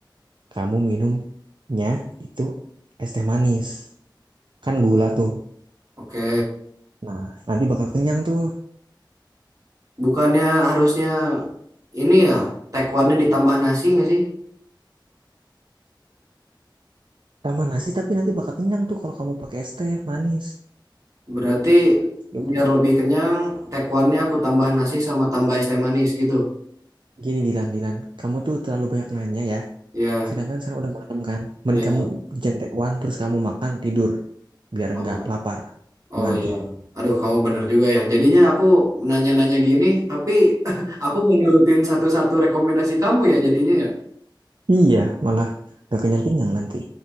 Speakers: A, on the right (about 75°); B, on the right (about 45°).
A: kamu minumnya itu es teh manis kan gula tuh
B: Oke,
A: nah nanti bakal kenyang tuh
B: bukannya harusnya ini ya Taekwonnya ditambah nasi nggak sih?
A: sama nasi tapi nanti bakal kenyang tuh kalau kamu pakai es teh manis
B: Berarti
A: ya udah
B: biar
A: deh
B: lebih kenyang, Taekwonnya aku tambah nasi sama tambah es teh manis gitu.
A: gini Dilan Dilan kamu tuh terlalu banyak nanya ya
B: Ya,
A: sedangkan sekarang udah malam kan mending
B: ya.
A: kamu jentewan terus kamu makan tidur biar
B: Oh,
A: nggak lapar
B: oh
A: gimana
B: ya.
A: tuh
B: Aduh, kamu bener juga ya. Jadinya aku nanya-nanya gini, tapi <laughs> aku nggak nurutin satu-satu rekomendasi kamu ya jadinya ya.
A: iya malah nggak kenyang kenyang nanti